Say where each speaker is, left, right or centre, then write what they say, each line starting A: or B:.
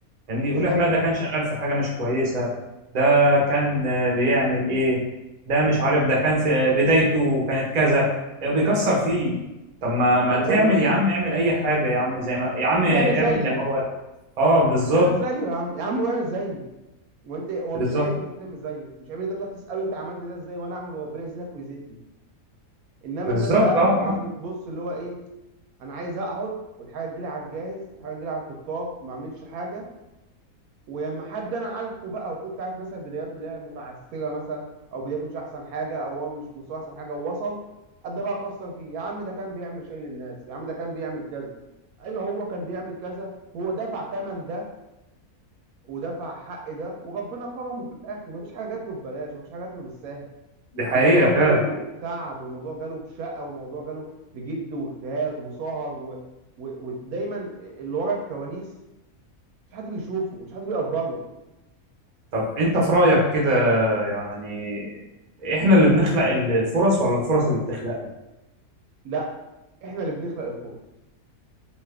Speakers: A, on the right; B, on the right.
A: فاهمني
B: بالظبط
A: يقول لك لا ده كان شغال في حاجة مش كويسة ده كان آه، بيعمل ايه ده مش عارف ده كان في آه، بدايته كانت كذا آه، بيكسر فيه طب ما ما
B: ما انا
A: تعمل
B: بقول لك
A: يا عم اعمل اي حاجة يا عم زي ما يا عم
B: طب
A: اعمل
B: انت اعمل زيه
A: زي ما هو اه بالظبط
B: اعمل زيه يا عم يا عم اعمل زيه وانت هو
A: بالظبط
B: مش عيب ان انت تعمل زيه مش عيب ان انت تروح تساله انت عملت ده ازاي وانا اعمل وربنا يزيدك ويزيدني انما
A: بالظبط
B: الناس لا
A: اه
B: الناس بتبص اللي هو ايه انا عايز اقعد والحاجه تجيلي على الجاهز الحاجه تجيلي على الطبطاب ما اعملش حاجه ولما حد انا عارفه بقى وكنت عارف مثلا بداياته اللي هي متعثره مثلا او بداياته مش احسن حاجه او هو مش في مستوى احسن حاجه ووصل ابدا بقى اكسر فيه يا عم ده كان بيعمل شيء للناس يا عم ده كان بيعمل كذا ايوه هو كان بيعمل كذا هو دفع ثمن ده ودفع حق ده وربنا كرمه في الاخر مفيش حاجه جات له ببلاش مفيش حاجه جات له بالساهل
A: دي حقيقة
B: الموضوع
A: فعلا
B: جاله تعب والموضوع جاله بشقه والموضوع جاله بجد واجتهاد وسهر و... و... ودايما اللي ورا الكواليس مش حد بيشوفه مش حد بيقدره
A: طب انت في رأيك كده يعني احنا اللي بنخلق ال- الفرص ولا الفرص اللي بتخلقنا
B: لا احنا اللي بنخلق الفرص